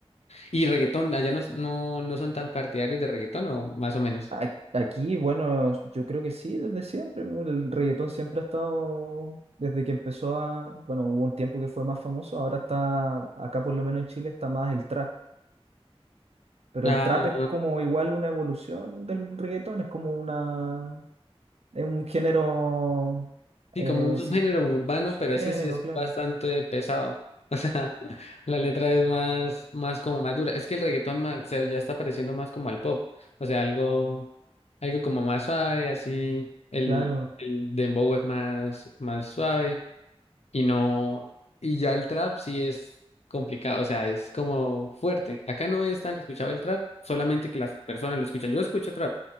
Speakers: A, on the left; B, on the right.
A: Y reggaetón, allá no, no, no son tan partidarios de reggaetón o más o menos.
B: a- Aquí, bueno, yo creo que sí, desde siempre. ¿no? El reggaetón siempre ha estado, desde que empezó a, bueno, hubo un tiempo que fue más famoso, ahora está, acá por lo menos en Chile está más el trap. Pero
A: Ah,
B: el trap es como igual una evolución del reggaetón, es como una, es un género,
A: Sí,
B: eh,
A: como un subgénero
B: sí,
A: urbano,
B: subgénero,
A: pero ese sí es
B: claro.
A: bastante pesado. O sea, <laughs> la letra es más, más como más dura. Es que el reggaetón más, se- ya está pareciendo más como al pop. O sea, algo, algo como más suave, así. El,
B: Claro.
A: el dembow es más, más suave. Y no, y ya el trap sí es complicado. O sea, es como fuerte. Acá no es tan escuchado el trap, solamente que las personas lo escuchan. Yo escucho trap,